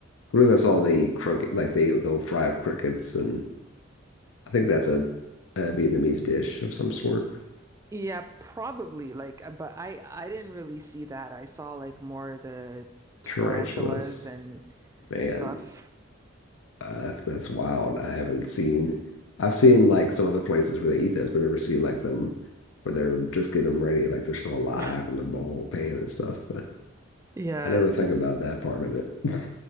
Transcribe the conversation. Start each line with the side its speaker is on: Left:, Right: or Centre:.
Left: I believe I saw they eat cricket, like they they'll fry up crickets, and I think that's a, a Vietnamese dish of some sort.
Right: Yeah, probably like uh, but I I didn't really see that. I saw like more the tarantulas
Left: Tarantulas.
Right: and
Left: Man,
Right: stuff.
Left: uh, that's that's wild. I haven't seen I've seen like some other places where they eat those, but never seen like them where they're just getting them ready, like they're still alive
Right: <laughs>
Left: in the bowl pan and stuff. But
Right: Yeah.
Left: I never think about that part of it. <laughs>